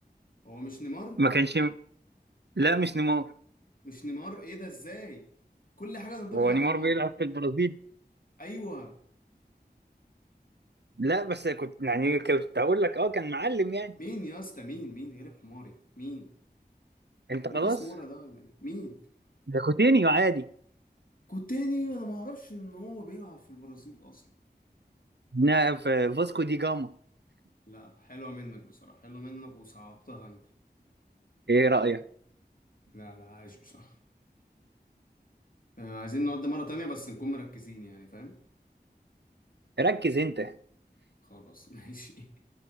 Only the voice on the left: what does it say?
هو مش نيمار
مش نيمار ايه ده ازاي كل حاجة تنطبق
على
نيمار
ايوه
مين يا اسطى مين مين غلب حماري مين
لوكاس
مورا ده ولا مين مين
كوتينيو انا ما اعرفش ان هو بيلعب في البرازيل اصلا
لا حلوة منك بصراحة حلوة منك وصعبتها انت
لا لا عايش بصراحة آه، عايزين نقعد مرة تانية بس نكون مركزين يعني فاهم
خلاص <laughs> ماشي